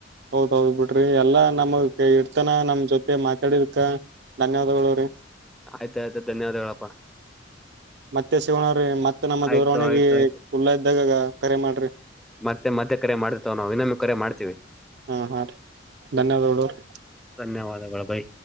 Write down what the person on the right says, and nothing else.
ಹೌದೌದ್ ಬಿಡ್ರಿ ಎಲ್ಲಾ ನಮ ಇಡ್ತಾನ ನಮ್ ಜೊತೆ ಮಾತಾಡಿದಕ್ಕ. ಧನ್ಯವಾದಗಳೂರಿ.
<inaudible> ಮತ್ತೆ ಸಿಗೋಣವ್ರಿ ಮತ್ತತ್ ನಮ್ಮ
ದೂರವಾಣಿಗೆ
ಕುುಲ್ಲಾ ಇದ್ದಾಗ ಕರೆ ಮಾಡ್ರಿ.
ಹುನ್ ಮಾಡ್ರೀ ಧನ್ಯವಾದಗಳುರೀ.